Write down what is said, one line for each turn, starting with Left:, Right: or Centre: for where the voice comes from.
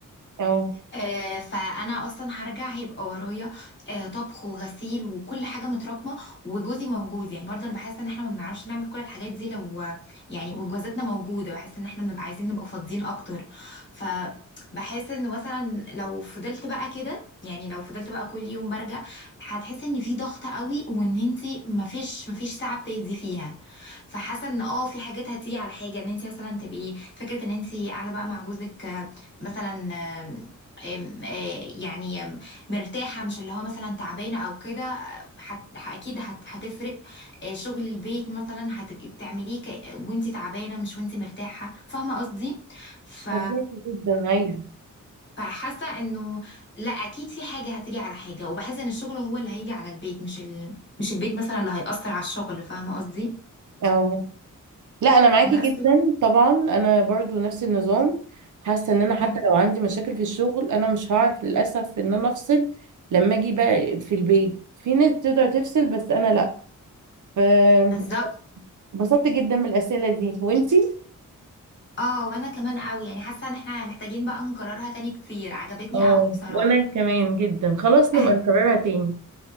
Right: اه
Left: آه، فانا اصلا هرجع هيبقى ورايا آه، طبخ وغسيل وكل حاجه متراكمه وجوزي موجود يعني برضه انا بحس ان احنا ما بنعرفش نعمل كل الحاجات دي لو يعني وجوازاتنا موجوده بحس ان احنا بنبقى عايزين نبقى فاضيين اكتر ف بحس ان مثلا لو فضلت بقى كده يعني لو فضلت بقى كل يوم برجع هتحس ان في ضغط قوي وان انتي مفيش مفيش ساعه بتهدي فيها فحاسه ان اه في حاجات هتيجي على حاجه ان انت مثلا تبقي فكره ان انت قاعده بقى مع جوزك آه، مثلا أم- آه، يعني أم، مرتاحة مش اللي هو مثلا تعبانة أو كده آه، هت- أكيد هت- هتفرق آه، شغل البيت مثلا هتبقي بتعمليه ك- وانتي تعبانة مش وانتي مرتاحة فاهمة قصدي ف...
Right: فهماكي جدا ايوه
Left: فحاسة إنه لا أكيد في حاجة هتيجي على حاجة وبحس إن الشغل هو اللي هيجي على البيت مش ال... مش البيت مثلا اللي هيأثر على الشغل فاهمة قصدي
Right: اه لا انا معاكي
Left: بس
Right: جدا طبعا انا برضو نفس النظام حاسه ان انا حتى
Left: مم.
Right: لو عندي مشاكل في الشغل انا مش هعرف للاسف ان انا افصل لما اجي بقى في البيت في ناس تقدر تفصل بس انا لا فبسطت
Left: بالظبط
Right: جدا من الاسئله دي وانتي
Left: اه وانا كمان قوي يعني حاسه ان احنا محتاجين بقى نكررها تاني كتير عجبتني
Right: اه
Left: قوي بصراحه
Right: وانا كمان جدا خلاص
Left: <laughs>
Right: نبقى نكررها تاني